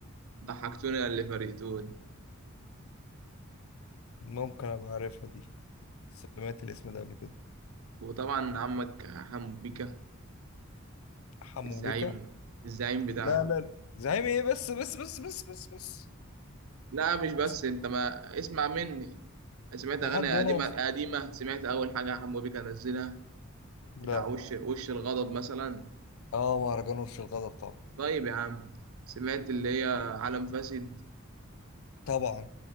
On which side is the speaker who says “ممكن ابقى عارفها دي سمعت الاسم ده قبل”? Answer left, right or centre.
Left